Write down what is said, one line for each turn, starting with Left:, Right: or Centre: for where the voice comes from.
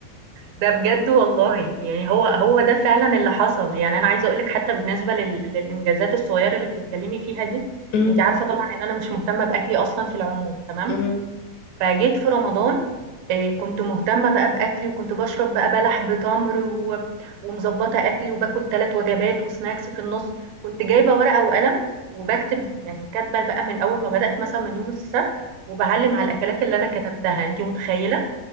Right: ده بجد والله يعني هو هو ده فعلا اللي حصل يعني انا عايزه اقول لك حتى بالنسبه لل... للانجازات الصغيره اللي بتتكلمي فيها دي
Left: <laughs> مم.
Right: انت عارفه طبعا ان انا مش مهتمه باكلي اصلا في العموم تمام
Left: مم.
Right: فجيت في رمضان آه، كنت مهتمه بقى باكلي وكنت بشرب بقى بلح بتمر و... ومظبطه اكلي وباكل ثلاث وجبات وسناكس في النص كنت جايبه ورقه وقلم وبكتب يعني وكاتبه بقى من اول ما بدات مثلا من يوم السبت وبعلم على الاكلات اللي انا كتبتها انت متخيله